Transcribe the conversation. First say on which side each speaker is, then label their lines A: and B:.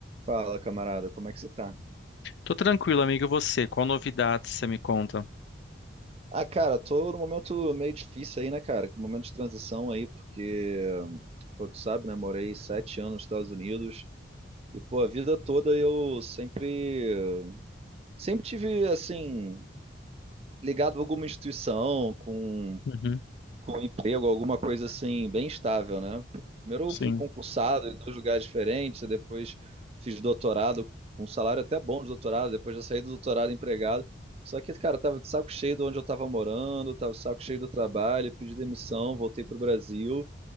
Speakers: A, on the right (about 30°); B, on the left (about 60°).
A: Fala, camarada, como é que você tá?
B: Tô tranquilo, amigo. E você? Qual novidade você me conta?
A: Ah, cara, tô num momento meio difícil aí, né, cara? Que momento de transição aí, porque, pô, tu sabe, né? Morei sete anos nos Estados Unidos e, pô, a vida toda eu sempre, sempre tive, assim, ligado a alguma instituição, com
B: Uhum,
A: com emprego, alguma coisa assim, bem estável, né? Primeiro
B: sim.
A: eu fui concursado em dois lugares diferentes, e depois fiz doutorado, um salário até bom de doutorado, depois já saí do doutorado empregado. Só que, cara, eu tava de saco cheio de onde eu tava morando, tava de saco cheio do trabalho, pedi demissão, voltei pro Brasil.